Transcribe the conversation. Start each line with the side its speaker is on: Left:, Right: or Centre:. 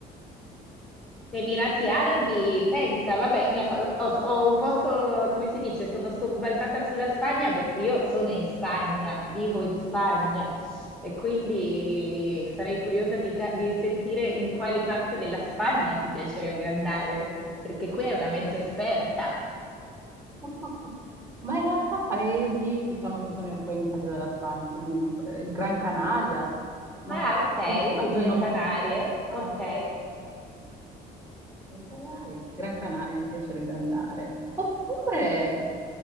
Centre: Emirati Arabi, pensa, vabbè, mi ha fa- ho, ho un po', so- come si dice, sono sobbalzata sulla Spagna perché io sono in Spagna, vivo in Spagna e quindi sarei curiosa di, ca- di sentire in quale parte della Spagna ti piacerebbe andare, perché qui è una mezza esperta.
Right: <laughs> Ma in realtà paesi, diciamo che sono influenzati dalla Spagna, quindi non, eh, Gran Canaria, ma
Centre: Ah, ok,
Right: chi lo sa?
Centre: Isole
Right: Quindi non...
Centre: Canarie,
Right: Ah,
Centre: ok.
Right: paesi- Gran Canaria, Gran Canaria mi piacerebbe andare. Oppure,
Centre: Ok,